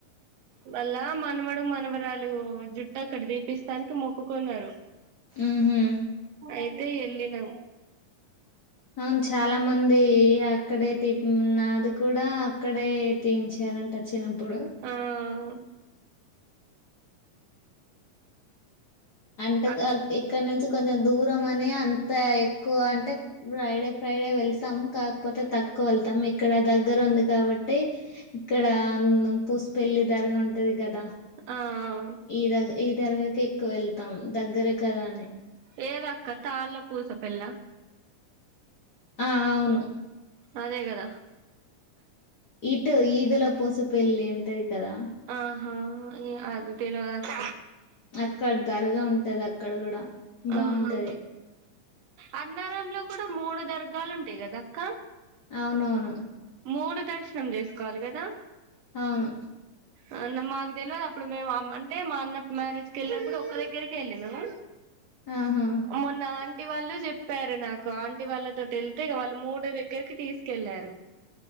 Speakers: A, on the right (about 60°); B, on the left (about 50°).
A: వాళ్ళ మనమడు మనవరాలు జుట్టక్కడ దీపిస్తానికి మొక్కుకున్నారు
B: ఉహు
A: ఏ తే ఎల్లినం
B: అవును చాలా మంది <unintelligible> క్కడే తీప్ ఉమ్మ్ నాది కూడా అక్కడే తీయించారంట చిన్నప్పుడు
A: ఆవ్
B: అంటే
A: అక్
B: కాగ్ ఇక్కడ నుంచి కొంచెం దూరం అని అంత ఎక్కువ అంటే ఫ్రైడే ఫ్రైడే వెళ్తాము కాకపోతే తక్కువ వెళ్తాము క్కడ దగ్గరుంది కాబట్టి ఇక్కడ పూసిపెల్లి ధరగ ఉంటది కదా
A: అ ఆ
B: ఈదగ ఈ దరగకి ఎక్కువ వెళ్తాం దగ్గరే కదా అని
A: ఏదక్క తాళ్ళ పూస పెళ్ళ
B: ఆ అవును
A: అదే గద
B: ఇటు ఈదుల పూసు పెళ్లి ఉంటది కదా
A: ఆహా ఇ అది తెల్వదక్క
B: అక్కడ దరగ ఉంటది అక్ క్కడగూడ బావుంటది
A: ఆహా అన్నారంలో కూడా మూడు దర్గాలుంటయి గదక్క
B: అవునవును
A: మూడు దర్శనం చేసుకోవాలి కదా
B: అవును
A: ఆ న్ మాకు తెల్వదు అప్పుడు మేము ఆమ్ అంటే మా అన్న మ్యారేజ్కెల్లినప్పుడు ఒక్క దగ్గరికే ఎళ్ళినము
B: ఆహా
A: మొన్న ఆన్ టీ వాళ్ళు చెప్పారు నాకు ఆన్ టి వాళ్ళతోటెల్తే ఇగ వాళ్ళు మూడు దగ్గరికి తీస్ కెళ్ళారు